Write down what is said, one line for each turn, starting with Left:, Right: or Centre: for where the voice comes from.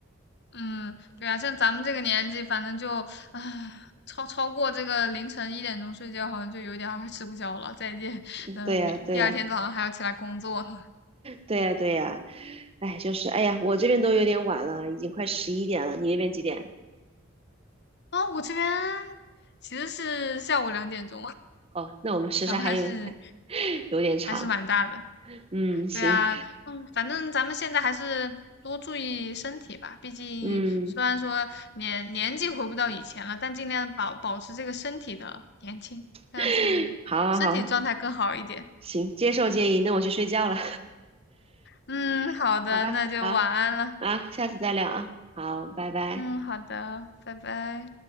Left: 嗯，对啊，像咱们这个年纪，反正就唉，超超过这个凌晨一点钟睡觉，好像就有点儿吃不消了。再见，
Right: <laughs>
Left: 嗯，
Right: 对呀，
Left: 明第二天早上还要起来工作呢。
Right: 对呀，对呀，对呀。哎，就是哎呀，我这边都有点晚了，已经快十一点了。你那边几点？
Left: 啊、我这边其实是下午两点钟。
Right: 哦，那我们时差还有还
Left: 咱们还是
Right: <laughs> 有点长。
Left: 还是蛮大的。
Right: 嗯，行，
Left: 对啊，嗯，反正咱们现在还是多注意身体吧。毕竟虽然说年年纪回不到以前了，
Right: 嗯，
Left: 但尽量保保持这个身体的年轻，让自己身体状态更好一点。
Right: <laughs> 好，好，好，行，接受建议。那我去睡觉了。
Left: 嗯，
Right: <laughs>
Left: 好的，
Right: 好吧，
Left: 那就晚安了。
Right: 好。啊，下次再聊啊，好，拜拜。
Left: 嗯，好的，拜拜。